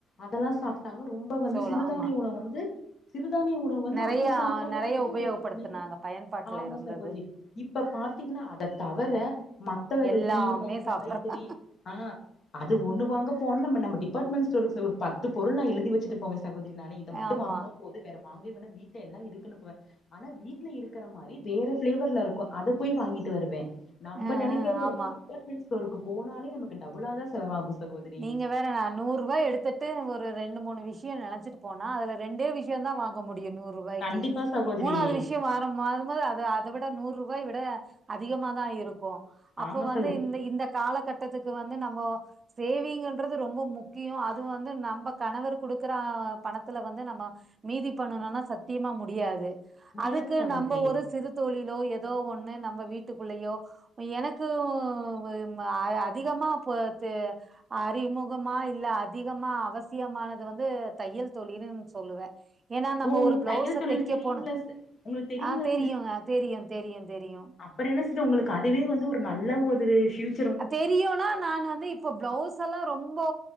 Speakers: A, on the left; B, on the right.
A: அதெல்லா சாப் தங்க ரொம்ப வந்து
B: சோளோ
A: சிறுதானிய
B: ஆமா
A: உணவு வந்து சிறுதானிய உணவு வந்து
B: நெறையா
A: அத சாப்ட்டாலே
B: நெறைய
A: போது
B: உபயோகப்படுத்துனாங்க
A: ஓ நிக்
B: பயன்பாட்டுல
A: ஆமா
B: இருந்தது
A: சகோதரி இப்ப பாத்தீங்கன்னா அத தவர மத்த வகை
B: எல்லாமே
A: கீர காய்கறி
B: சாப்பட்ற
A: ஆ அது ஒண்ணு வாங்க போனா நம நம்ம டிபார்ட்மெண்ட்ஸ்டோரு ஸ்டோரு ஒரு பத்து பொருள்லா எழுதி வச்சுட்டு போவே சகோதரி நானு இத மட்டு
B: ஆமா
A: வாங்குனா போது வேற வாங்கு இவன வீட்ல எல்லா இருக்குன்னுவெ ஆனா வீட்ல இருக்கிற மாரி வேற பிளேவர்ல இருக் கு அத போய் வாங்கிட்டு வருவே நம்ம
B: ஆ
A: நெனக்கிறது
B: ஆ ஆமா
A: வந்து டிபார்ட்மெண்ஸ் ஸ்டோருக்கு போனாலே நமக்கு டபுளா தா செலவாகு சகோதரி
B: நீங்க வேற நான் நூறு ரூவா எடுத்துட்டு ஒரு ரெண்டு மூணு விஷ்யோ நெனச்சிட்டு போனா அது ரெண்டே விஷ்யதா வாங்க முடியு நூறு ரூபாய்க்கி
A: கண்டிப்பா சகோதரி
B: மூணாவது விஷ்யோ வாரம் ம்மாள்ளிநது அது அத விட நூறு ரூபாய் விட அதிகமா தா இருக்கு அப்போ
A: ஆமா
B: வந்து
A: சகோதரி
B: இந்த இந்த காலகட்டத்துக்கு வந்து நம்போ சேவிங்ன்றது ரொம்ப முக்கியோ அது வந்து நம்ப கணவர் குடுக்குற பணத்துல வந்து நம்ம மீதி பண்ணணும்னா சத்தியமா முடியாது
A: முடியாது
B: அதுக்கு
A: சகோதரி
B: நம்ப ஒரு சிறு தொழிலோ எதோ ஒண்ணு நம்ம வீட்டுக்குள்ளயோ எனக்கும் ஒரு அதிகமா போ தெ அறிமுகமா இல்ல அதிகமா அவசியமானது வந்து தையல் தொழிலுன்னு சொல்லுவேன் ஏன்னா நம்ம
A: ஓ உங்களுக்கு
B: ஒரு பிளவுஸ
A: தையல் தொழில்
B: தக்க
A: தெரியுங்களா
B: போணு
A: சி- உங்களுக்கு தெரியுங்களா
B: ஆ தெரியுங்க தெரியு தெரியு தெரியு
A: அப்டி என்ன சித்தி உங்களுக்கு அதுவே வந்து ஒரு நல்ல ஒரு ஃபியூச்
B: அத் தெரியும்னா நான் வந்து இப் இப்ப ப்ளவுஸ் எல்லா ரொம்போ